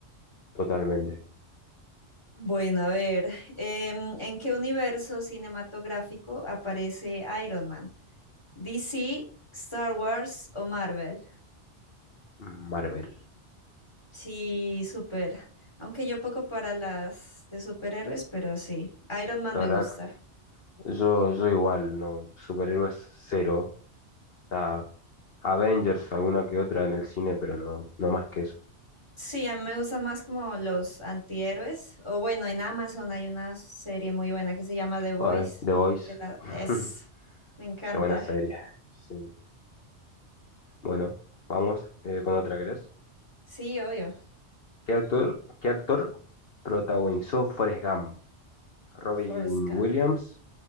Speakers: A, on the left; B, on the left.
A: totalmente.
B: Bueno, a ver, em, ¿en qué universo cinematográfico aparece Iron Man? ¿DC, Star Wars o Marvel?
A: Marvel.
B: Sí, súper. Aunque yo poco para las de superhéroes, pero sí. Iron Man
A: La
B: me
A: verdad,
B: gusta.
A: yo, yo igual, no, superhéroes cero, nada. Avengers, alguna que otra en el cine, pero no, no más que eso.
B: Sí, a mí me gustan más como los antihéroes. O bueno, en Amazon hay una serie muy buena que se llama The Voice.
A: Ay, The Voice,
B: que la-
A: <laughs>
B: Es, me encanta.
A: qué buena serie. Sí. Bueno, vamos eh, con otra, ¿crees?
B: Sí, obvio.
A: ¿Qué actor, qué actor protagonizó Forrest Gump? ¿Robin
B: Forrest Gump.
A: Williams,